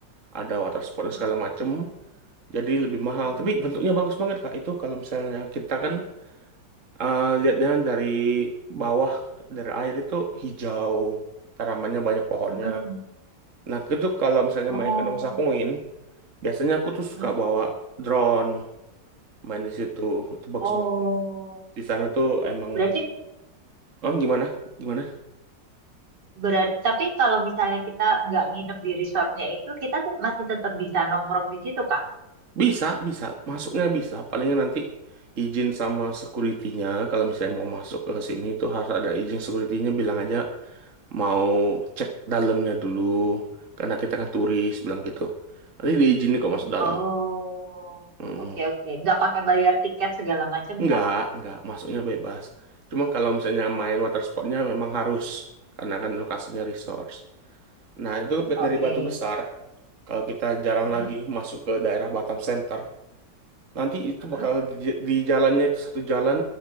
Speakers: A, on the right (about 45°); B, on the right (about 65°).
A: ada water sportnya
B: mm-mm,
A: segala macem. Jadi lebih mahal,
B: mm-mm,
A: tapi bentuknya bagus banget Kak. Itu kalau misalnya kita kan eh, lihatnya dari bawah dari air itu hijau, tanamannya banyak pohonnya.
B: mm-mm.
A: Nah, itu kalau misalnya
B: Oh,
A: main ke Nongsa Point, biasanya aku tuh
B: mm-mm.
A: suka bawa drone main di situ. Itu bagus
B: Oh,
A: banget. Di sana tuh emang
B: berarti
A: oh, gimana? Gimana?
B: Berarti, tapi kalau misalnya kita nggak nginep di resortnya itu, kita tuh masih tetap bisa nongkrong di situ, Kak.
A: Bisa, bisa. Masuknya bisa. Palingnya nanti izin sama security-nya kalau misalnya mau masuk ke sini itu harus ada izin security-nya bilang aja mau cek dalamnya dulu karena kita kan turis bilang gitu nanti diizinin kok masuk dalam
B: Oh,
A: Mm.
B: oke oke. Nggak pakai bayar tiket segala macam
A: nggak
B: ya?
A: nggak masuknya bebas cuma kalau misalnya main water sportnya memang harus karena kan lokasinya resource nah itu
B: Oke.
A: dari Batu Besar kalau kita jarang
B: Mm-mm,
A: lagi masuk ke daerah Batam Center nanti itu
B: mm-mm,
A: bakal di, di jalannya itu satu jalan